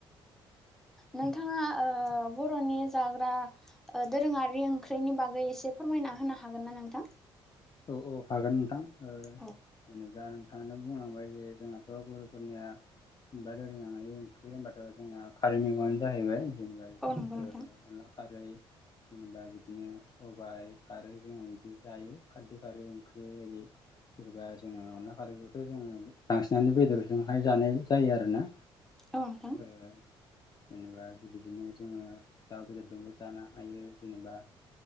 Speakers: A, on the left (about 35°); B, in the centre.
A: <inaudible>
B: नोंथाङा ओ बर'नि जाग्रा ओ दोरोङारि ओंख्रिनि बागै एसे फोरमायना होनो हागोनना नोंथां?
A: औ औ हागोन नोंथां ओ
B: औ
A: जेनेबा नों बुंलांबाय जे जोंहाथ' बरफोरनिया जेनेबा दोरोङारि ओंख्रि होनबाथ' जोंना खारै मैगंआनो जाहैबाय जेनेबा ओ
B: औ नंगौ नोंथां
A: अनला खारै जेनेबा बिदिनो सबाय खारै जोङो बिदि जायो। खारदै खारि ओख्रिं जेरै जेबा जोङो अनला खारैखौथ' जोङो बांसिनानो बेदरजोंहाय जानाय जायो आरोना।
B: औ नोंथां‌।
A: ओ जेनेबा बेबायदिनो जोङो दाउ बेदरजोंबो जानो हायो जेनेबा